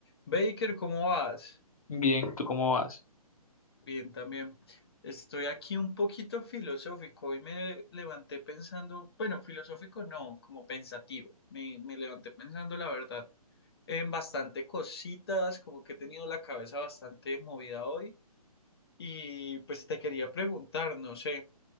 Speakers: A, on the left; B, on the left.
A: Baker, ¿cómo vas?
B: Bien, ¿tú cómo vas?
A: Bien, también. Estoy aquí un poquito filosófico. Hoy me levanté pensando, bueno, filosófico no, como pensativo. Me, me levanté pensando, la verdad, en bastante cositas, como que he tenido la cabeza bastante movida hoy. Y pues te quería preguntar, no sé,